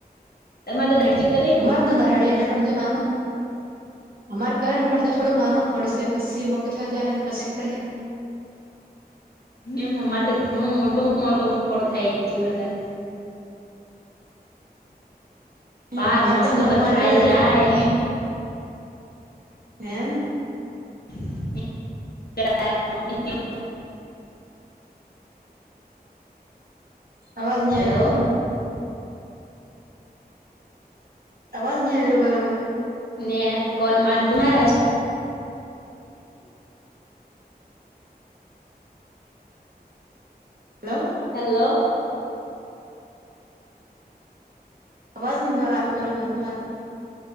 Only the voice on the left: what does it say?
તમારે તો દાડજી કરે
કે
એમ અમારે તો ઘણું ઓટો ઓટો ખળ થાય ગયું હેટ પાર
મસરત
ખાઈ
જાય
<unintelligible>
હેલો
નેટ કોલ મળ ત મારે
હેલો